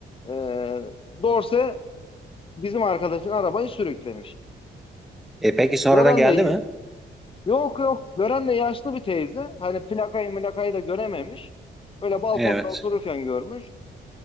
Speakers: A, on the left; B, in the centre.
A: E, Dorse bizim arkadaşın arabayı sürüklemiş.
B: E peki sonradan
A: Gören
B: geldi
A: de
B: mi?
A: yok yok gören de yaşlı bir teyze. Hani plakayı mülakayı da görememiş. Böyle balkonda
B: Evet.
A: otururken görmüş.